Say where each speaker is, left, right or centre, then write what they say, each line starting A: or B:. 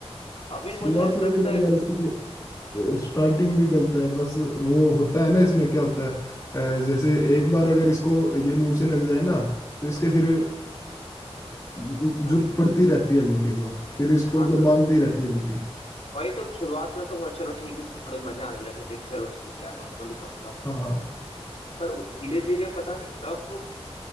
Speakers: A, on the left; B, on the left.
A: अभी
B: शुरुआत
A: मुझे ऐसा
B: में
A: लगता
B: भी नहीं
A: है
B: यार इसकी तो स्टार्टिंग भी गलत है बस वो होता है ना इसमें क्या होता है अ, जैसे एक बार अगर इसको ये मुंह से लग जाए ना तो इसके फिर जरूरत
A: हाँ
B: पड़ती रहती है बॉडी को फिर इसको
A: हाँ
B: मतलब
A: तो
B: मांगती रहती है बॉडी
A: वही तो कि शुरुआत में तो वो चलो ठीक है तो थोड़े मजा आने लगे थे कि चलो ठीक है यार नॉर्मली कम कम होगा
B: हाँ हाँ
A: पर वो धीरे धीरे पता नहीं कब